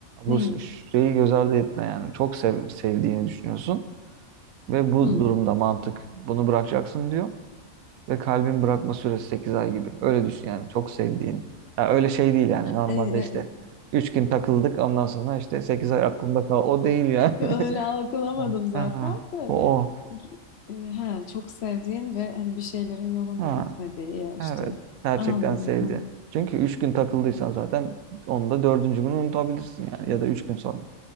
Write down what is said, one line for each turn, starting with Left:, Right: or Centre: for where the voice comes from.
Left: Neyi?
Right: Bu şeyi göz ardı etme yani. Çok sev, sevdiğini düşünüyorsun ve bu
Left: Hı.
Right: durumda mantık bunu bırakacaksın diyor ve kalbin bırakma süresi 8 ay gibi. Öyle düşün yani çok sevdiğini. Ya öyle şey değil yani normalde
Left: E,
Right: işte 3 gün takıldık ondan sonra işte 8 ay aklımda kal. O değil yani.
Left: e, öyle algılamadım
Right: <laughs>
Left: zaten
Right: Aha.
Left: de.
Right: O o.
Left: E, he, çok sevdiğin ve hani bir şeylerin yolunda
Right: Ha,
Left: gitmediği ya işte.
Right: evet. Gerçekten
Left: Anladım.
Right: sevdi.
Left: Ha.
Right: Çünkü üç gün takıldıysan zaten onu da dördüncü gün unutabilirsin yani. Ya da üç gün sonra.